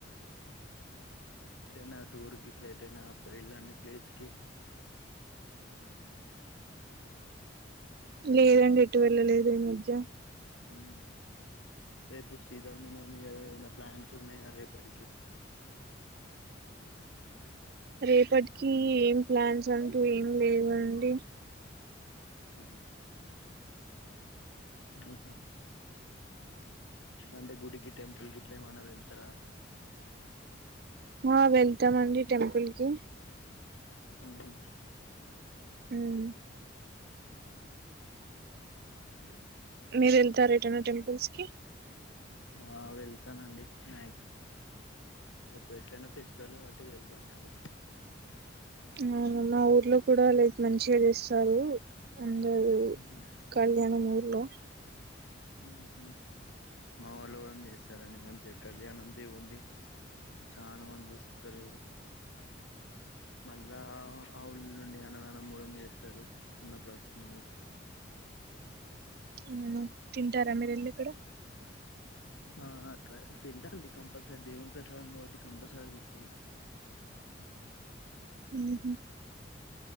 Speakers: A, on the left; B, on the right.
A: ఎటైన టూర్ గిట్ల ఎటైన పోయిళ్ళ అండి ప్లేస్కి
B: లేదండి ఎటు వెళ్ళలేదు ఈ మధ్య
A: ఉమ్ రేపు శ్రీరవణవమి కదా ఏదైనా ప్లాన్స్ ఉన్నాయా రేపు పడికి అ
B: రేపటికి ఏం ప్లాన్స్ అంటూ ఏం లేవండి
A: ఉమ్ ఉహ్మ్ హు అంటే గుడికి టెంపుల్కి ఇట్లా ఏమైన్నా వెళ్తారా
B: ఆ వెళ్తామండి టెంపుల్కి
A: ఉహ్మ్ హూ
B: ఉమ్
A: ఉమ్ హు
B: మీరు వెళ్తార ఏటనా టెంపుల్స్ కి
A: ఆ వెళ్తానండి నెట్ రేపు ఎట్లేన ఫెస్టివల్గా మరి టి వెళ్తనండి
B: అవును మా ఊర్లో కూడా రేప్ మంచిగా చేస్తారు అందరూ
A: ఉహు
B: కళ్యాణం ఊర్లో
A: ఉమ్ హు మా ఉలోంగు చేస్తారండి మంచిగా కళ్యాణం దే ఉంది చానా మంది వస్తుంటారు మళ్ళా ఆ ఊళ నుండి అన్నదానం మూడం చేస్తారు అన్న ప్రశ్న
B: అవున తింటారండి వెళ్ళి అక్కడ
A: ఆ అ తింటారండి కంపల్సరీ దేవన్ ప్రసాదం కాబట్టి కంపల్సరీ తింటాడి
B: ఉమ్ హు